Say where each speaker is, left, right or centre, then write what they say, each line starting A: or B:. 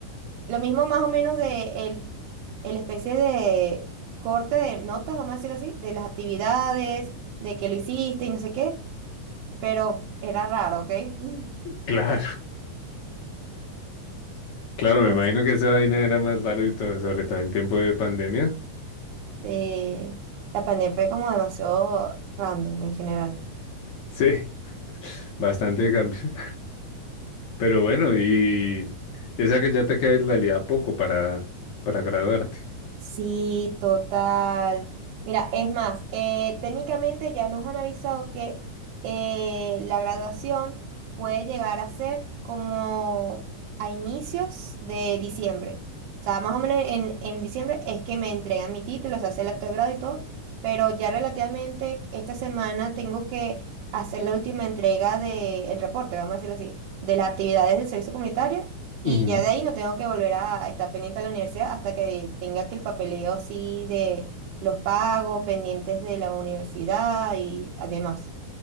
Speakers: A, on the right; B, on the left.
A: Lo mismo más o menos de el, el especie de corte de notas, vamos a decirlo así, de las actividades, de que lo hiciste y no sé qué, pero era raro, ¿ok? <laughs>
B: Claro, claro,
A: No
B: me imagino que esa vaina era más larga y todo, sobre todo en tiempo de pandemia.
A: sé, la pandemia fue como demasiado random en general.
B: Sí, bastante cambio. Pero bueno, y esa que ya te queda en realidad poco para, para graduarte.
A: Sí, total. Mira, es más, eh, técnicamente ya nos han avisado que eh, la graduación puede llegar a ser como a inicios de diciembre. O sea, más o menos en, en diciembre es que me entregan mi título, se hace el acto de grado y todo, pero ya relativamente esta semana tengo que hacer la última entrega del reporte, vamos a decirlo así, de las actividades del servicio comunitario y
B: Ujú.
A: ya de ahí no tengo que volver a estar pendiente a la universidad hasta que tenga que el papeleo así de los pagos, pendientes de la universidad y además.